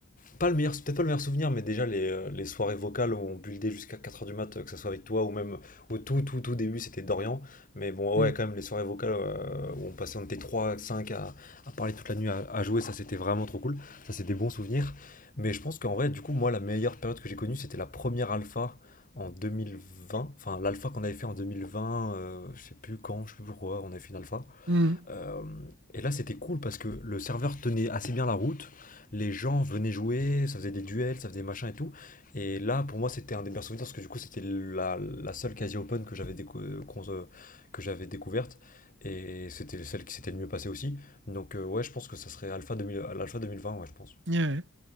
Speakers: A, on the left (about 40°); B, on the right (about 60°).
A: Pas le meilleur, c'est peut-être pas le meilleur souvenir, mais déjà les, euh, les soirées vocales où on buildait jusqu'à quatre heures du mat, euh, que ce soit avec toi ou même au tout, tout, tout début, c'était Dorian. Mais bon,
B: mhm,
A: ouais, quand même, les soirées vocales euh, où on passait, on était 3 5 à, à parler toute la nuit, à, à jouer, ça c'était vraiment trop cool. Ça, c'est des bons souvenirs. Mais je pense qu'en vrai, du coup, moi, la meilleure période que j'ai connue, c'était la première alpha en 2020. Enfin, l'alpha qu'on avait fait en 2020, euh, je sais plus quand, je sais plus pourquoi, on avait fait une alpha.
B: mhm.
A: Euh, et là, c'était cool parce que le serveur tenait assez bien la route. Les gens venaient jouer, ça faisait des duels, ça faisait des machins et tout. Et là, pour moi, c'était un des meilleurs souvenirs parce que du coup, c'était la, la seule quasi open que j'avais décou- qu'on se- que j'avais découverte. Et c'était celle qui s'était le mieux passée aussi. Donc, euh, ouais, je pense que ça serait Alpha 2000, l'Alpha 2020. ouais, je pense.
B: Ouais,